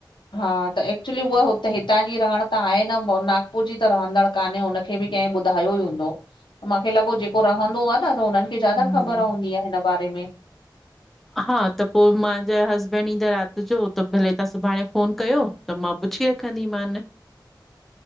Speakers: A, on the left; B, in the centre.
A: हा त एक्चुली उआ हुते हितां जी रहण त आहे न नागपुर जी त रहंदड़ कान्हे हुनखे बि कंह ॿुधायो ई हूंदो। माखे लॻो जेको रहंदो आ न त हुननि खे ज्यादा
B: हम्म
A: ख़बर हूंदी आ हिन बारे में।
B: हा त पोइ मुंहिंजा हसबैंड ईंदा राति जो, त भले तव्हां सुभाणे फोन कयो। त मां पुछी रखंदीमान।
A: <unintelligible>